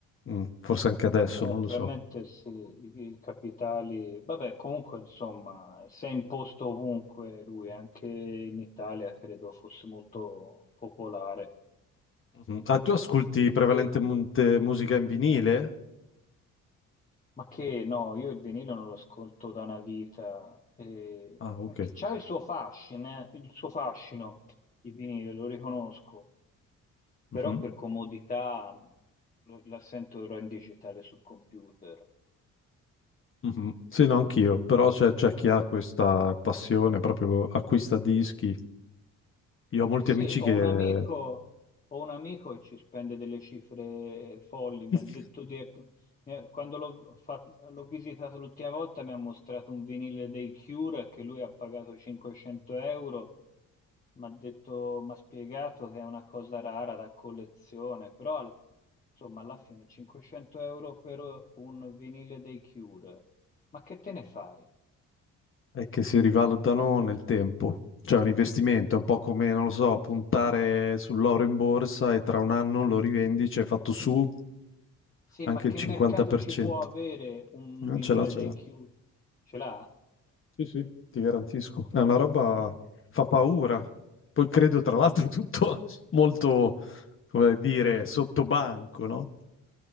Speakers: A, on the left; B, on the left.
A: Mm, forse anche adesso,
B: eh,
A: non lo
B: premettersi
A: so.
B: i, i capitali, vabbè, comunque insomma, si è imposto ovunque lui, anche in Italia credo fosse molto popolare.
A: Mhm. Ah, tu ascolti prevalentemente
B: E-
A: musica in vinile?
B: ma che no, io il vinile non lo ascolto da una vita, e
A: Ah, ok.
B: anche- c'ha il suo fascino, il suo fascino, il vinile, lo riconosco,
A: Mhm.
B: però per comodità lo, la sento ora in digitale sul computer.
A: Mhm. Sì, no, anch'io, però c'è c'è chi ha questa passione, proprio acquista dischi. Io ho molti
B: Sì,
A: amici
B: ho
A: che... Mhm.
B: un amico, ho un amico che ci spende delle cifre folli. Mi
A: <laughs>
B: ha detto di, ecco, mi ha- quando l'ho fa- l'ho visitato l'ultima volta mi ha mostrato un vinile dei Cure che lui ha pagato 500 euro. Mi ha detto, mi ha spiegato che è una cosa rara da collezione, però al- insomma alla fine 500 euro per un vinile dei Cure. Ma che te ne fai?
A: e che si rivalutano nel tempo. Cioè, è un investimento, è un po' come, non lo so, puntare sull'oro in borsa e tra un anno lo rivendi, ci hai fatto su
B: Sì,
A: anche
B: ma che
A: il 50%.
B: mercato ci può avere un
A: Eh,
B: vinile
A: Ce l'ha, ce
B: dei
A: l'ha.
B: Cure? Ce l'ha?
A: Sì, sì, ti garantisco. È una roba fa paura. Poi credo, tra l'altro, <laughs> tutto molto, come dire, sottobanco, no?